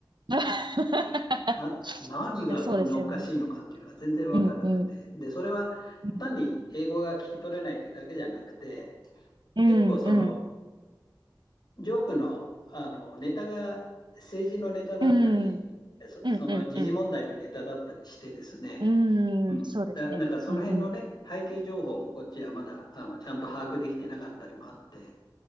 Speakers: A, on the right; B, on the left.
A: <laughs>
B: な何がこんなおかしいのかっていうのが全然分かんなくてでそれは単に英語が聞き取れないっていうだけじゃなくて
A: いや、そうですよね。うんうん。うんうんうん。
B: 結構そのジョークのあのネタが政治のネタだったりそその時事問題のネタだったりしてですね、
A: うんうんうんうん。うーん、
B: うん、
A: そうですね。
B: だなんからその辺のね背景情報もこっちはまだあのちゃんと把握できてなかったりもあって
A: うんうん。